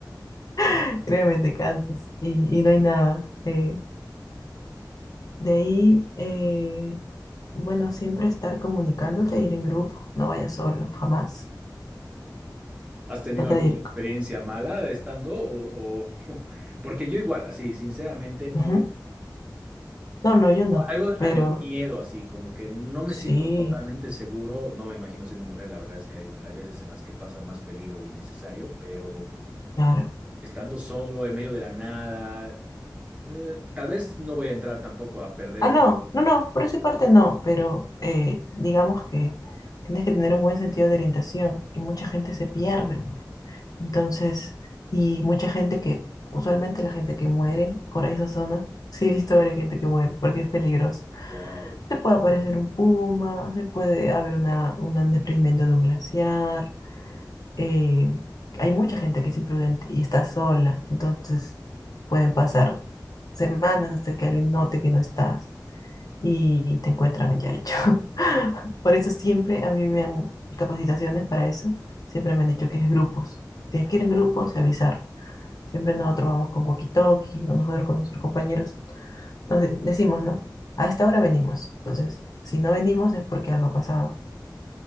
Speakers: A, on the left (about 55°); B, on the right (about 15°).
A: <laughs> créeme, te cansas y, y no hay nada. eh, De ahí, eh, bueno, siempre estar comunicándote, ir en grupo, no vayas solo, jamás.
B: ¿Has tenido
A: Trata
B: alguna
A: de ir.
B: experiencia
A: co-
B: mala de estando? O, o- <laughs> Porque yo igual, así, sinceramente, no.
A: Ujú. No, no, yo no,
B: Algo,
A: pero
B: algo de miedo, así, como que no me
A: sí,
B: siento totalmente seguro. No me imagino siendo mujer, la verdad es que hay, hay veces en las que pasa más peligro innecesario, pero
A: claro.
B: estando solo, en medio de la nada, eh, tal vez no voy a entrar tampoco a perderme.
A: Ah, no, no, no, por esa parte no, pero eh, digamos que tienes que tener un buen sentido de orientación y mucha gente se pierde. Entonces, y mucha gente que, usualmente la gente que muere por esas zonas, sí he visto varias gente que muere porque es peligroso.
B: Wow.
A: Se puede aparecer un puma, se puede haber una, un desprendimiento de un glaciar. eh, hay mucha gente que es imprudente y está sola, entonces pueden pasar semanas hasta que alguien note que no estás y te encuentran ya hecho. <laughs> Por eso siempre a mí me han, mis capacitaciones para eso, siempre me han dicho que es grupos. Tienes que ir en grupos y avisar. Siempre nosotros vamos con walkie-talkie, o nosotros con nuestros compañeros nos de- decimos, ¿no? A esta hora venimos. Entonces, si no venimos es porque algo ha pasado.